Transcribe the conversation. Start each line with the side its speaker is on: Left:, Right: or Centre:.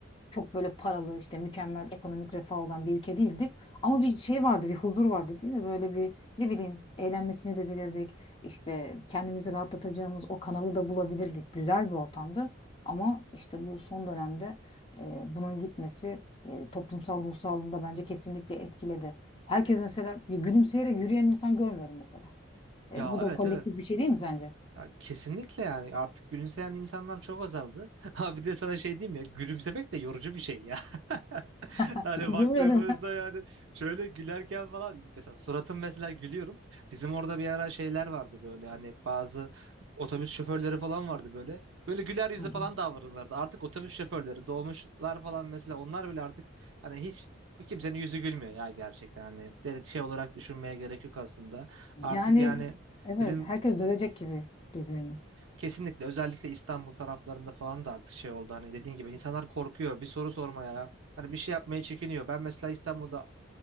Left: çok böyle paralı işte mükemmel ekonomik refah olan bir ülke değildik. Ama bir şey vardı, bir huzur vardı değil mi? Böyle bir ne bileyim eğlenmesini de bilirdik. İşte kendimizi rahatlatacağımız o kanalı da bulabilirdik. Güzel bir ortamdı. Ama işte bu son dönemde eee, bunun gitmesi eee, toplumsal ruh sağlığını da bence kesinlikle etkiledi. Herkes mesela bir gülümseyerek yürüyen insan görmüyorum mesela. Eee,
Right: Ya
Left: bu da
Right: evet
Left: kolektif
Right: evet.
Left: bir şey değil mi sence?
Right: Ya kesinlikle yani artık gülümseyen insanlar çok azaldı. <laughs> Ha bir de sana şey diyeyim ya gülümsemek de yorucu bir şey ya. <laughs>
Left: <laughs>
Right: Hani
Left: Bilmiyorum.
Right: baktığımızda yani şöyle gülerken falan mesela suratım mesela gülüyorum. Bizim orada bir ara şeyler vardı böyle hani bazı otobüs şoförleri falan vardı böyle. Böyle güler yüzü
Left: Hı hı.
Right: falan davranırlardı. Artık otobüs şoförleri, dolmuşlar falan mesela onlar bile artık hani hiç kimsenin yüzü gülmüyor ya gerçekten hani de- şey olarak düşünmeye gerek yok aslında.
Left: Yani
Right: Artık yani
Left: evet
Right: bizim
Left: herkes dövecek gibi birbirini.
Right: Kesinlikle özellikle İstanbul taraflarında falan da artık şey oldu hani dediğin gibi insanlar korkuyor bir soru sormaya hani bir şey yapmaya çekiniyor. Ben mesela İstanbul'da